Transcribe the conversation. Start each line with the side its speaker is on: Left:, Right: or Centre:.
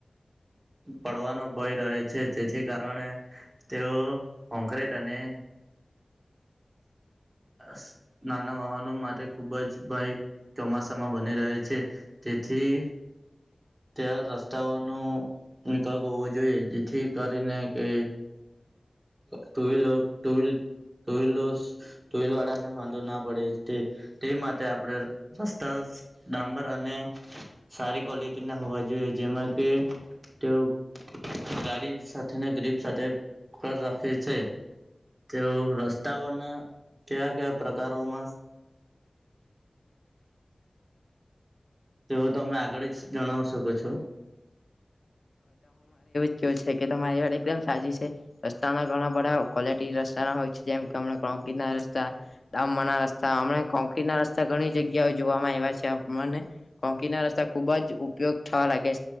Right: પડવાનો ભય રહે છે જેથી કારણે તેઓ કોંક્રેટ અને <inaudible> નાના વાહનો માટે ખૂબ જ ભય ચોમાસામાં બની રહે છે તેથી ત્યા રસ્તાઓનો નિકાલ હોવો જોઈએ જેથી કરીને કે ટુવલ ટુ વિલ ટલ ટુઈલ વાળાને વાંધો ના પડે તે તે માટે આપણે રસ્તા ડામંબર અને સારી ક્વોલિટી ના હોવા જોઈએ જેમાં કે તેઓ ગાડી સાથેના ગ્રીપ સાથે પકડ રાખે છે તેઓ કયા કયા પ્રકારોમાં તે તમે આગળ જ જણાવી શકો છો
Left: કયો છે કે તમારી વાર એકદમ સાચી છે રસ્તાના ઘણા બધા ક્વોલિટી રસ્તાના હોય છે જેમ કે હમણા કોકટ ના રસ્તા ડામ ના રસ્તા હમણા કોકટ ના રસ્તા ઘણી જગ્યા જોવામાં આવ્યા છે મને કોંકી ના રસ્તા ખુબ જ ઉપયોગ થવા લાગે